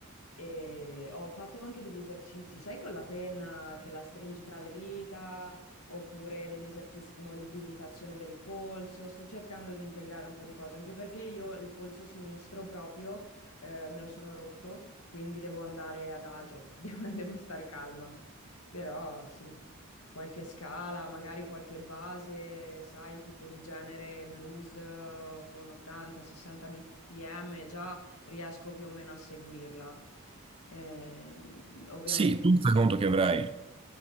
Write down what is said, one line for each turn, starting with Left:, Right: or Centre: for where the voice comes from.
Left: E ho fatto anche degli esercizi, sai, con la penna che la stringi tra le dita oppure degli esercizi di mobilitazione del polso. Sto cercando di integrare un po' di cose, anche perché io il polso sinistro proprio eh, me lo sono rotto, quindi devo andare ad agio, <laughs> devo, devo stare calma. Però sì, qualche scala, magari qualche base, sai, tipo di genere blues eh, con 80-60 bpm, già riesco più o meno a seguirla. Ehm, ovviamente
Right: Sì, tu fai conto che avrai,